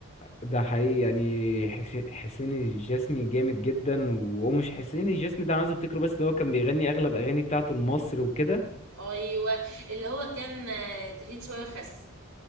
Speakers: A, on the left (about 30°); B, on the right (about 80°).
A: ده حقيقي يعني حس- حسين الجسمي جامد جدا وهو مش حسين الجسمي ده انا عايز افتكره بس اللي هو كان بيغني اغلب اغاني بتاعته لمصر وكده
B: ايوه اللي هو كان آه، تخين شويه وخس